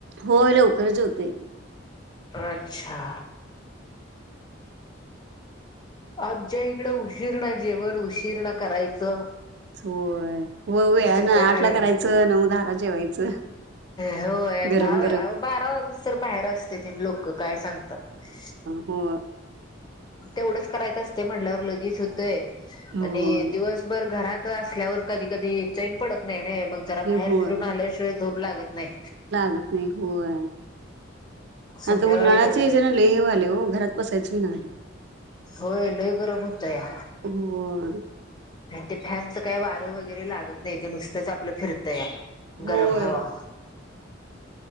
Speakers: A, on the right; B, on the left.
A: होय लवकर जेवते
B: अच्छा आमच्या इकडे उशीर्ण जेवण उशीर्ण करायचं.
A: हो व
B: संध्याकाळी
A: ना आठला करायचं नऊ, दहाला जेवायचं.
B: होय
A: गरम
B: दहा
A: गरम
B: बारा वाजस तर बाहेर असते त लोक काय सांगतात.
A: हो.
B: तेवढंच करायचं असते म्हणल्यावर लगेच होतंय
A: होय
B: आणि दिवसभर घरात. असल्यावर कधी कधी चैन पडत नाही नाही मग जरा बाहेर
A: होय
B: फिरून आल्याशिवाय झोप लागत नाही.
A: लागत होय
B: संध्याकाळी
A: हा तर उन्हाळाच
B: जरा
A: ज हे आले हो घरात बसायच मी झाले.
B: होय लय गरम होतया
A: होय
B: आणि ते फॅनचं काही वारं वगैरे लागत नाही ते नुसत्याच आपलं फिरत या
A: होय.
B: गरम हवा.